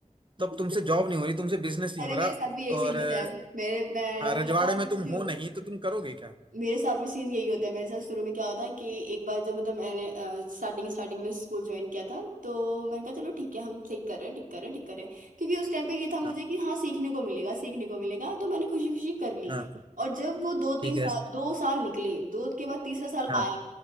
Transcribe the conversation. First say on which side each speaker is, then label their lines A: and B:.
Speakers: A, on the right (about 35°); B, on the right (about 80°).
A: तब
B: <laughs>
A: तुमसे जॉब नहीं हो रही तुमसे बिजनेस नहीं
B: अरे
A: हो रहा
B: मेरे साथ भी यही
A: और
B: सीन
A: अ,
B: होता है मेरे मैं
A: हाँ,
B: ना
A: रजवाड़े
B: क्या था
A: में तुम
B: शुरू
A: हो नहीं तो तुम करोगे क्या
B: मेरे साथ भी सीन यही होता है मेरे साथ शुरू में क्या होता है कि एक बार जब मतलब मैंने स्टार्टिंग स्टार्टिंग में स्कूल ज्वाइन किया था तो मैंने कहा चलो ठीक है हम सही कर रहे हैं ठीक कर रहे हैं ठीक कर रहे हैं क्योंकि उस टाइम पे ये था मुझे
A: हाँ
B: कि हाँ सीखने को मिलेगा सीखने को मिलेगा तो मैंने खुशी खुशी कर ली
A: हाँ
B: और जब वो दो तीन
A: ठीक
B: साल
A: है
B: दो साल निकले दो के बाद तीसरा साल
A: हाँ
B: आया